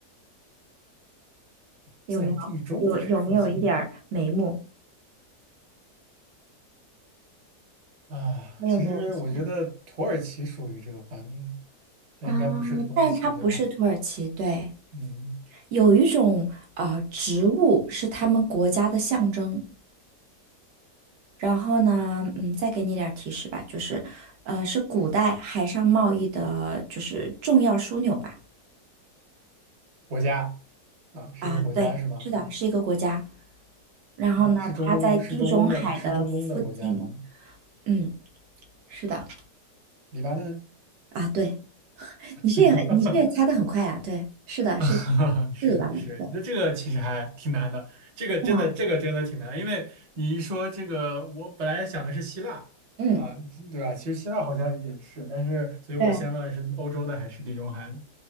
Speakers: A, on the right; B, on the right.
A: 有没有有有没有一点儿眉目？
B: 在地中海附近啊。
A: 还有没有一些？
B: 其实我觉得土耳其属于这个范围，但应该不是土耳其，
A: 啊，但它不是土耳其，
B: 对吧？
A: 对，
B: 嗯，
A: 有一种啊植物是他们国家的象征。然后呢，嗯，再给你点儿提示吧，就是，呃，是古代海上贸易的，就是重要枢纽吧。
B: 国家啊，是一个国家是吗？
A: 啊，对，是的，是一个国家。然后呢，
B: 是中东国是中东的，
A: 它在地中海的附近。
B: 是中东的国家吗？
A: 嗯，是的。
B: 黎巴嫩。
A: 啊，对，你这也很你这也猜的很快啊。
B: <laughs>
A: 对，是的，
B: <laughs>
A: 是
B: 是是，
A: 是吧对，
B: 那这个其实还挺难的，这个真的这个真的挺难的，
A: 是吗？
B: 因为你一说这个，我本来想的是希腊
A: 嗯，
B: 啊，对吧？其实希腊好像也是，但是所以我先问的是欧洲的还是地中海的？
A: 对。